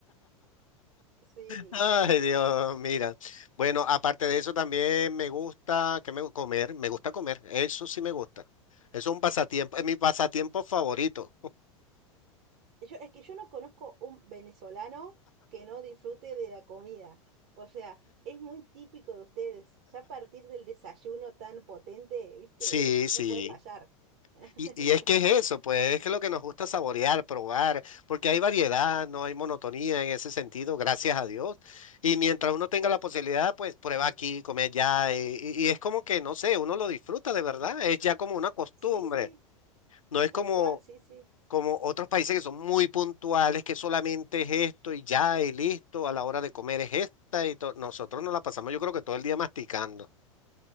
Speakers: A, on the right; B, on the left.
A: Sí,
B: Ay,
A: sí, sí.
B: Dios, mira. Bueno, aparte de eso también me gusta que me gu- comer, me gusta comer, eso sí me gusta. Eso es un pasatiempo, es mi pasatiempo favorito.
A: Yo, es que yo no conozco un venezolano que no disfrute de la comida. O sea, es muy típico de ustedes. Ya a partir del desayuno tan potente, ¿viste?
B: Sí, sí.
A: No puede fallar. <laughs>
B: Y, y es que es eso, pues es que lo que nos gusta saborear, probar, porque hay variedad, no hay monotonía en ese sentido, gracias a Dios. Y mientras uno tenga la posibilidad, pues prueba aquí, come allá, y, y y es como que, no sé, uno lo disfruta de verdad, es ya como una costumbre,
A: Sí, sí,
B: no es
A: tal
B: como...
A: cual, sí, sí.
B: como otros países que son muy puntuales, que solamente es esto y ya y listo, a la hora de comer es esta y todo. Nosotros nos la pasamos yo creo que todo el día masticando.